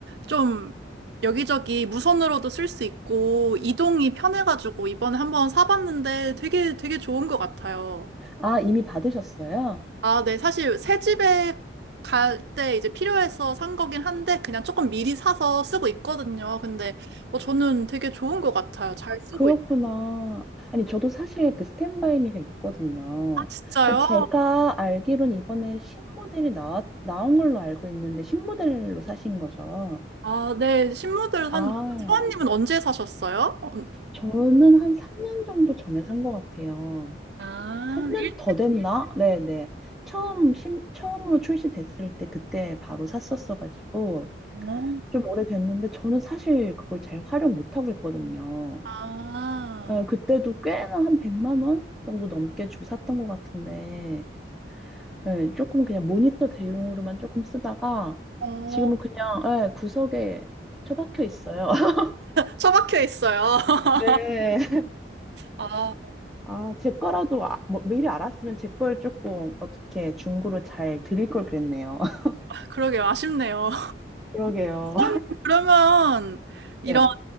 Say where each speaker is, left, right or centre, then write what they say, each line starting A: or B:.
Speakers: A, on the right; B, in the centre.
A: 좀 여기저기 무선으로도 쓸 수 있고, 이동이 편해가지고 이번에 한번 사봤는데 되게 되게 좋은 것 같아요.
B: 아, 이미 받으셨어요?
A: 아, 네. 사실 새 집에 갈 때 이제 필요해서 산 거긴 한데 그냥 조금 미리 사서 쓰고 있거든요. 근데 뭐 저는 되게 좋은 것 같아요. 잘 쓰고
B: 그렇구나.
A: 있...
B: 아니, 저도 사실 그 스탠바이 미가 있거든요.
A: 진짜요?
B: 근데 제가 알기로는 이번에 신모델이 나, 나온 걸로 알고 있는데, 신모델로 사신 거죠?
A: 아, 네. 신문들
B: 아,
A: 샀는데 소아님은 언제 사셨어요? 언-
B: 저는 한 3년 정도 전에 산 것 같아요.
A: 아,
B: 3년
A: 일,
B: 더 됐나? 네네. 처음, 신, 처음으로 출시됐을 때 그때 바로 샀었어가지고,
A: 어.
B: 좀 오래됐는데, 저는 사실 그걸 잘 활용 못하고 있거든요.
A: 아,
B: 예, 그때도 꽤나 한 100만 원 정도 넘게 주고 샀던 것 같은데, 예, 조금 그냥 모니터 대용으로만 조금 쓰다가,
A: 어,
B: 지금은 그냥, 예, 구석에 처박혀 있어요. <laughs>
A: 처박혀 있어요. <laughs>
B: 네.
A: 아,
B: 아, 제 거라도, 아, 뭐, 미리 알았으면 제 걸 조금 어떻게 중고로 잘 드릴 걸 그랬네요. <laughs>
A: 그러게요. 아쉽네요.
B: 그러게요.
A: 선생님, 그러면 이런
B: 네,